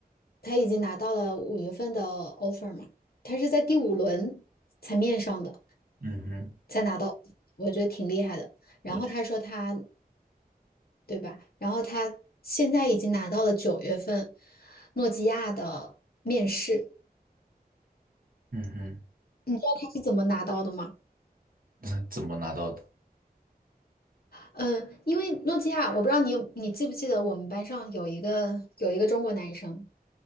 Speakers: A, on the left (about 70°); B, on the right (about 60°).
A: 他已经拿到了五月份的 offer 嘛，他是在第五轮才面上的，
B: 嗯哼，
A: 才拿到，我觉得挺厉害的。然后他说他，
B: 我觉，
A: 对吧？然后他现在已经拿到了九月份诺基亚的面试，
B: 嗯哼，
A: 你知道他是怎么拿到的吗？
B: <laughs> 怎么拿到的？
A: 嗯，因为诺基亚，我不知道你有你记不记得我们班上有一个有一个中国男生，